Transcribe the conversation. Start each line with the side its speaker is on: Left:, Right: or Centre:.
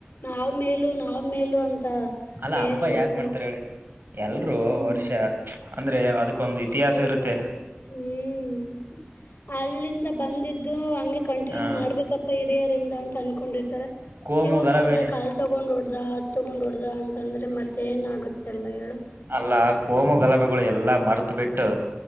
Left: ನಾವ್ ಮೇಲ ನಾವ್ ಮೇಲ ಅಂತ
Right: ಅಲ್ಲಾ ಹಬ್ಬ
Left: ಏನವು
Right: ಯಾಕ ಮಾಡ್ತಾರ ಹೇಳಿ ಎಲ್ರು
Left: ಹ್ಮ್
Right: ವರ್ಷ ಅಂದ್ರೆ ಅದಕ್ ಅಕ್ಕೊಂದು ಇತಿಹಾಸ
Left: ಹೌದೌದು
Right: ಇರುತ್ತೆ
Left: ಹ್ಮ್ ಅಲ್ಲಿಂದ ಬಂದಿದ್ದು ಹಂಗೆ ಕಂಟಿನ್ಯೂ
Right: ಹ
Left: ಮಾಡ್ಬೇಕಪ್ಪ ಹಿರಿಯರಿಂದ ಅ ತಂದಕೊಂಡಿರ್ತಾರೆ
Right: ಕೋಮು
Left: ಇವ್ರು
Right: ಗಲಭೆನೆ
Left: ನೋಡ್ರೆ ಕಾಲ್ ತಗೊಂಡ್ ಹೊಓಡ್ದ ಅತ್ ತಗೊಂಡ್ ಹೊೋಡ್ದ ಅಂತ ಅಂದ್ರೆ ಮತ್ತೆ ಏನ ಆಾಗುತ್ತೆಲ್ಲ ಹೇಳು
Right: ಅಲ್ಲ ಕೋಮು ಗಲಭೆಗಳು ಎಲ್ಲಾ ಮರ್ತ್ ಬಿಟ್ಟು